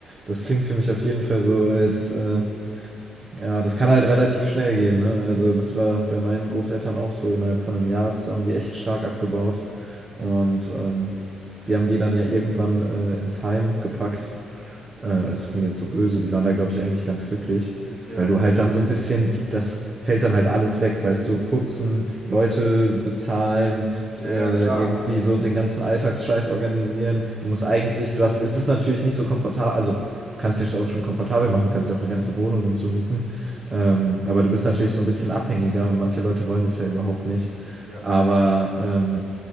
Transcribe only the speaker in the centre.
Ja.
Ja,
ja, klar.
Ja.